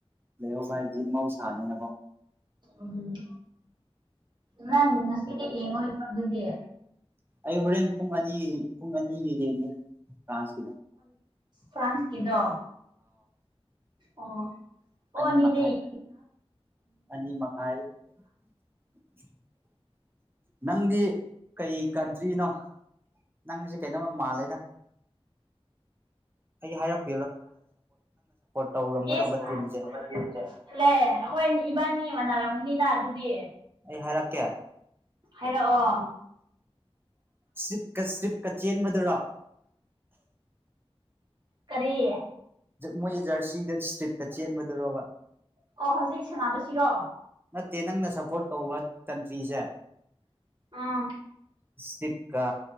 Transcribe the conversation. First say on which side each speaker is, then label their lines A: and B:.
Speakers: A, on the right; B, on the right.
A: ꯂꯩꯍꯣꯚꯥꯏꯗꯤꯃꯎ ꯁꯅꯦ ꯅ ꯐꯣ
B: ꯎꯝ ꯅꯪ ꯉ ꯁꯤꯗꯤ ꯌꯦꯣꯏ ꯑꯗꯨꯗꯤ
A: ꯑꯩ ꯍꯣꯔꯦꯟ ꯄꯨꯡ ꯑꯅꯤ ꯄꯨꯡ ꯑꯅꯤꯒꯤ ꯌꯦꯡꯒꯦ ꯐ꯭ꯔꯥꯟꯁꯀꯤꯗ
B: ꯐ꯭ꯔꯥꯟꯁꯀꯤꯗ ꯑꯣ
A: ꯑꯅꯤ
B: ꯑꯣꯅꯤꯗ
A: ꯃꯈꯥꯏ
B: ꯌꯦ
A: ꯑꯅꯤ ꯃꯈꯥꯏ <unintelligible> ꯅꯪꯗꯤ ꯀꯩ ꯀꯟꯇ꯭ꯔꯤꯅꯣ ꯅꯪꯁꯦ ꯀꯩꯅꯣꯝꯃ ꯃꯥꯜꯂꯦꯗ ꯑꯩ ꯍꯥꯏꯔꯛꯄ ꯇꯧꯔꯝꯒꯗꯧꯕ
B: ꯑꯩꯈꯣꯏ
A: ꯇꯤꯝꯁꯦ
B: ꯏꯕꯥꯅꯤ ꯃꯥꯟꯅꯔꯝꯒꯅꯤꯅ ꯑꯗꯨꯗꯤ
A: ꯑꯩ ꯍꯥꯏꯔꯛꯀꯦ
B: ꯍꯥꯏꯔꯛꯑꯣ
A: ꯁꯔꯤꯞꯀ ꯁ꯭ꯔꯤꯞꯀ ꯆꯦꯟ ꯃꯗꯨꯔ
B: ꯀꯔꯤꯦ
A: ꯃꯣꯏ ꯖꯔꯁꯤꯗ ꯏꯁꯇ꯭ꯔꯤꯞꯀ ꯆꯦꯟꯕꯗꯔꯣꯕ
B: ꯑꯣ ꯍꯧꯖꯤꯛ ꯁꯥꯟꯅꯕꯁꯤꯔꯣ
A: ꯅꯠꯇꯦ ꯅꯪꯅ ꯁꯞꯄꯣꯔꯠ ꯇꯧꯕ ꯀꯟꯇ꯭ꯔꯤꯁꯦ
B: ꯑꯃ
A: ꯏꯁꯞꯀ